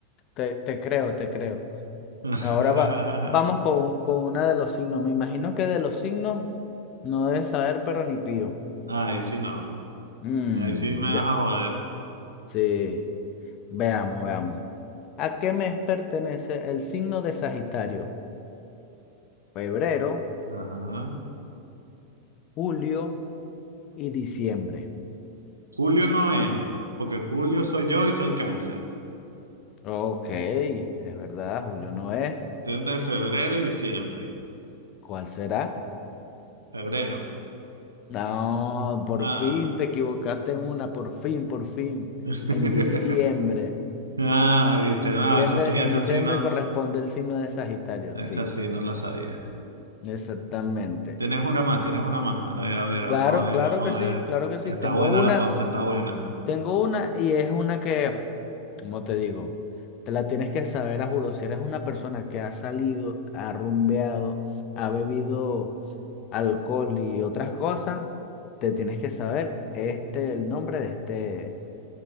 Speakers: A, on the left; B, on the right.
A: Te, te creo, te creo.
B: <laughs>
A: Ahora va, vamos con, con una de los signos. Me imagino que de los signos no debes saber, pero ni pío.
B: Ahí sí no,
A: Mm,
B: ahí sí me vas
A: ya.
B: a joder.
A: Sí. Veamos, veamos. ¿A qué mes pertenece el signo de Sagitario? Febrero,
B: Ajá.
A: julio y diciembre.
B: Julio no es, porque Julio soy yo y soy cáncer.
A: Ok, es verdad, julio no es.
B: Estoy Entre febrero y diciembre.
A: ¿Cuál será?
B: Febrero.
A: No, por
B: Ay.
A: fin te equivocaste en una, por fin, por fin.
B: <laughs>
A: En diciembre.
B: Ah, viste,
A: Diciembre-
B: no, esa sí, esa
A: en diciembre
B: sí no,
A: corresponde el signo de Sagitario,
B: esa
A: sí,
B: sí no la sabía.
A: exactamente.
B: Tienes una más,
A: En-
B: tienes una más. A ver, a ver, vamos
A: Claro,
B: a ver,
A: claro
B: vamos
A: que sí,
B: a ver.
A: claro que sí.
B: Está
A: Tengo
B: buena
A: una,
B: la cosa, está buena.
A: tengo una y es una que, ¿cómo te digo? Te la tienes que saber a juro. Si eres una persona que ha salido, ha rumbeado, ha bebido alcohol y otras cosas, te tienes que saber este, el nombre de este